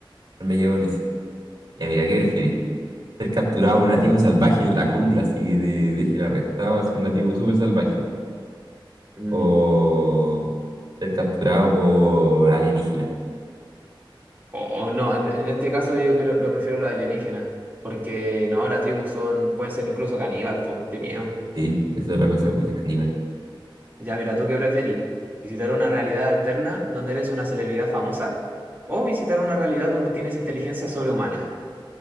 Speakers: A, on the right; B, on the right.
A: no me llevo con eso. Ya, mira, ¿qué preferís? Ser capturado por un nativo salvaje en la jungla, así que te dejen arrestado, así un nativo súper salvaje.
B: Mm.
A: o ser capturado por alienígenas.
B: O no, en, en este caso yo creo, lo prefiero la alienígena, porque no, la tribu son, pueden ser incluso caníbal, pues, qué miedo.
A: Sí, eso es la cosa con ser caníbales.
B: Ya mira, ¿tú qué preferís? ¿Visitar una realidad alterna donde eres una celebridad famosa? ¿O visitar una realidad donde tienes inteligencia sobrehumana?